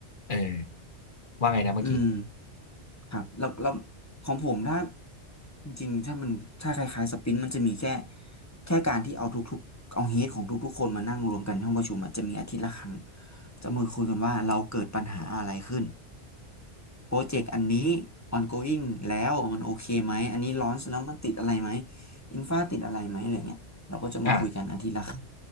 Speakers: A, on the left; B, on the left.
A: เออว่าไงนะเมื่อกี้
B: อืมครับแล้วแล้วของผมถ้าจริงๆถ้ามันถ้าคล้ายๆสปรินต์มันจะมีแค่แค่การที่เอาทุกๆเอาเฮดของทุกๆคนมานั่งรวมกันที่ห้องประชุมอะจะมีอาทิตย์ละครั้งจะมาคุยกันว่าเราเกิดปัญหาอะไรขึ้นโปรเจกต์อันนี้ ongoing แล้วมันโอเคไหมอันนี้ launch แล้วมันติดอะไรไหมอินฟาติดอะไรไหมอะไรเงี้ยเราก็จะมาคุยกันอาทิตย์ละครั้ง
A: อ่า